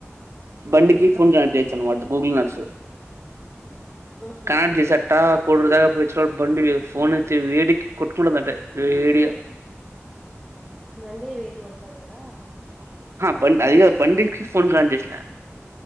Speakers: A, on the right; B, in the centre.
A: బండికి
B: ఉమ్,
A: ఫోన్ కనెక్ట్ చేయచ్చ అన్నమాట గూగుల్ నట్స్
B: ఉహు.
A: కనెక్ట్ చేసట్టా <unintelligible> బండి ఫోన్ అయితే వేడికి కొట్కుంటందంటే వేడిగా <inaudible>
B: మండే వేడి కొడతది కదా
A: బం అదికాదు బండికి ఫోన్ కనెక్ట్ చేసిన